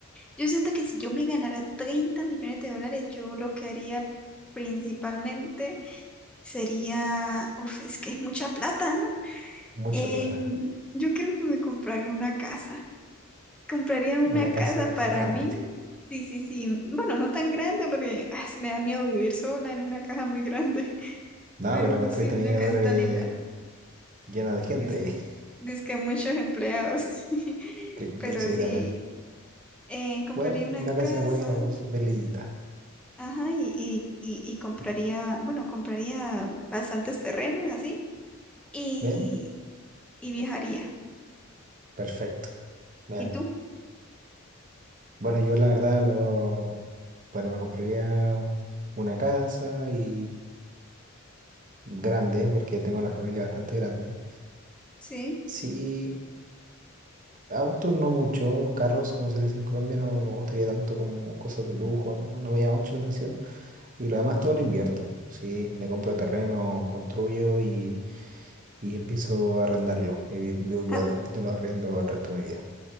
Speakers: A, in the centre; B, on the right.
A: yo siento que si yo me ganara 30 millones de dólares, yo lo que haría principalmente sería, uf, es que es mucha plata, ¿no?
B: Mucha
A: Em,
B: plata.
A: yo creo que me compraría una casa. Compraría una
B: Una
A: casa
B: casa
A: para
B: gigante.
A: mí. Sí, sí, sí. Bueno, no tan grande porque ah, me da miedo vivir sola en una casa muy grande. <laughs>
B: No,
A: Pero
B: pero con
A: sí,
B: 30
A: una
B: millones
A: casita
B: de dólares
A: linda.
B: llena de gente
A: Es,
B: ahí. <laughs>
A: es que muchos empleados. <laughs>
B: Cl-
A: Pero
B: Sí,
A: sí,
B: también.
A: eh, compraría
B: Bueno,
A: una
B: una
A: casa.
B: casa buena con su pelillita.
A: Ajá, y, y, y- y compraría, bueno, compraría bastantes terrenos así. Y,
B: ¿Bien?
A: y viajaría.
B: Perfecto. Bien.
A: ¿Y tú?
B: Bueno, yo la verdad lo... Bueno, me compraría una casa y grande, porque tengo una familia bastante grande.
A: Sí.
B: Sí, autos no mucho, carros, como se le dice en Colombia, no, no me gustaría tanto como cosas de lujo, no, no me llama mucho la atención. Y lo demás todo lo invierto, sí, me compro terreno, construyo y, y empiezo a arrendarlo y vi- vivo
A: Ah,
B: de de los arriendos el resto de mi vida.